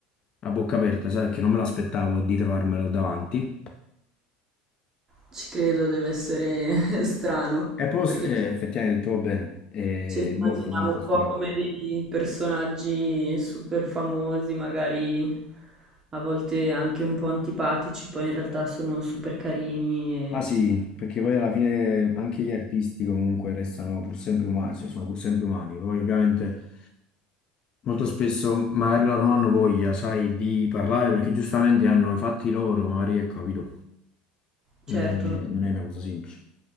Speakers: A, on the left; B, on the right.
A: a bocca aperta, sai, perché non me l'aspettavo di trovarmelo davanti.
B: Ci credo, deve essere <laughs> strano,
A: E poi
B: perché
A: eh,
B: ce
A: effettivamente trovo bene, è
B: ce li
A: molto
B: immaginiamo
A: molto
B: un
A: strano.
B: po' come dei personaggi super famosi, magari a volte anche un po' antipatici, poi in realtà sono super carini
A: Ah
B: e
A: sì, perché poi alla fine anche gli artisti comunque restano pur sempre umani, cioè sono pur sempre umani. Poi ovviamente molto spesso magari loro non hanno voglia, sai, di parlare perché giustamente hanno i fatti loro, magari ecco, capito? Non
B: certo.
A: è, non
B: non-
A: è una cosa semplice.